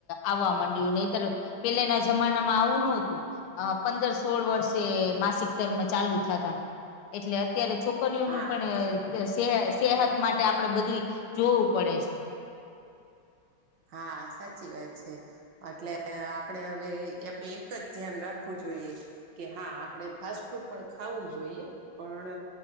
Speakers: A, on the left; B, on the right.
A: આવવા માંડ્યુ નહીતર, પેલાના જમાના માં આવું ન હતું. અ પંદર સોળ વર્ષે માસિક ધર્મ ચાલુ થતા એટલે અત્યારે છોક છોકરીઓ
B: હા
A: નું પણ સેહ સેહત માટે આપડે બધું જોવું પડે છે.
B: હા સાચી વાત છે. એટલે આપણે હવે આપણે એક જ ધ્યાન રાખવું જોઈએ, કે હા આપણે ફાસ્ટ ફૂડ પણ ખાવું જોઈએ પણ,